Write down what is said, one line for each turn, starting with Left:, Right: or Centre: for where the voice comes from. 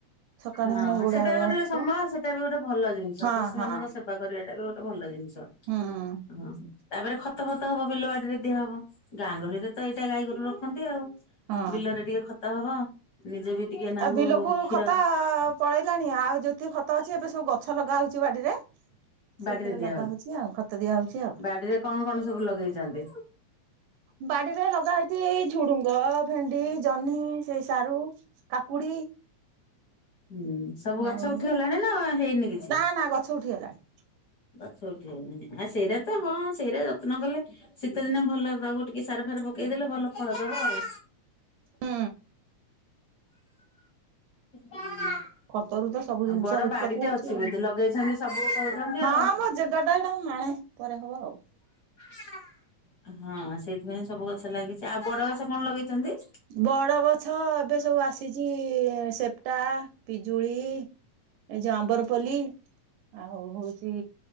Right: ସକାଳେ
Left: ହଁ
Right: ହେଲେ ଗଉଡା
Left: ସେଟା ଗୋଟେ
Right: ଆସିବ
Left: ସମ୍ଭବ ସେଇଟା ବି ଗୋଟେ ଭଲ ଜିନିଷ
Right: ହଁ
Left: ପଶୁ
Right: ହଁ
Left: ମାନଙ୍କ ସେବା କରିବାଟା ବି ଗୋଟେ ଭଲ ଜିନିଷ।
Right: ହୁଁ।
Left: ହଁ। ତାପରେ ଖତ ଫତ ହବ ବିଲବାଡିରେ ଦିଆହବ ଗାଁ ଗାଉଳିରେ ତ ଏଇଟା ଗାଈ ଗୋରୁ ରଖନ୍ତି ଆଉ।
Right: ହଁ
Left: ବିଲରେ ଟିକେ ଖତ ହବ ନିଜେ ବି ଟିକେ ନାଙ୍କୁ
Right: ଆ ବିଲକୁ
Left: କ୍ଷୀର
Right: ଖତ ପଳେଇଲାଣି ଆଉ ଯେତିିକି ଖତ ଅଛି ଏବେ ସବୁ ଗଛ ଲଗାହଉଛି ବାଡିରେ।
Left: ବାଡିରେ
Right: ସେଇଥିରେ
Left: ଦିଆ
Right: ଲଗା ହଉଛି ଆଉ ଖତ ଦିଆ ହଉଛି ଆଉ
Left: ବାଡିରେ କଣ କଣ ସବୁ ଲଗେଇଚନ୍ତି?
Right: ବାଡିରେ ଲଗା ହଇଛି ଏଇ ଝୁଡୁଙ୍ଗ, ଭେଣ୍ଡି, ଜହ୍ନି, ସେ ସାରୁ, କାକୁଡି।
Left: ହୁଁ ସବୁ ଗଛ
Right: ଆଉ
Left: ଉଠିଗଲାଣି ନା ହେଇନି। କିଛି?
Right: ନା ନା ଗଛ ଉଠିଗଲାଣି।
Left: ଗଛ ଉଠି ଗଲାଣି ଆ ସେଇଟା ତ ହଁ ସେଇଟା ଯତ୍ନ କଲେ କେତେ ଦିନ ଭଲ ଦବ ଟିକେ ସାର ଫାର ପକେଇଦେଲେ ଭଲ ଫଳ ଦବ ଆଉ।
Right: ହୁଁ।
Left: <inaudible>
Right: ଖତରୁ ତ ସବୁ ଜିନିଷ
Left: ବଡ
Right: ଉତ୍ପତ୍ତି
Left: ବାଡିଟେ
Right: ହଉଛି
Left: ଅଛି
Right: ଆଉ
Left: ବୋଧେ ଲଗେଇଛନ୍ତି ସବୁ କରୁଛନ୍ତି
Right: ହଁ
Left: ଆଉ।
Right: ମୋ ଜେଗା ଟା ଏଇଟା ମୁଁ ମାଣେ ପରେ ହବ ଆଉ।
Left: <unintelligible> ହଁ ସେଇଥିପାଇଁ ସବୁ ଗଛ ଲାଗିଛି। ତା ବଡ଼ ଗଛ କଣ ଲଗେଇଛନ୍ତି?
Right: ବଡ ଗଛ ଏବେ ସବୁ ଆସିଛି-ଇ-ଇ-ଇ ସେପ୍ଟା, ପିଜୁଳି। ଏଇ ଯୋଉ ଆମ୍ବରପଲ୍ଲୀ। ଆଉ ହଉଛି